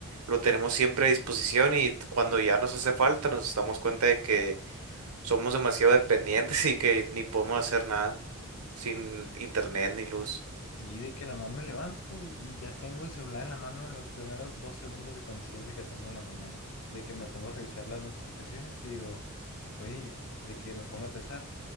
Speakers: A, on the right (about 80°); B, on the left (about 60°).
A: lo tenemos siempre a disposición y t- cuando ya nos hace falta nos damos cuenta de que somos demasiado dependientes <laughs> y que ni podemos hacer nada sin internet ni luz.
B: Sí, de que nomás me levanto y ya tengo el celular en la mano en los primeros dos segundos de conciencia que tengo en la mañana. De que me pongo a revisar las notificaciones y digo, oye, de que me pongo a pensar,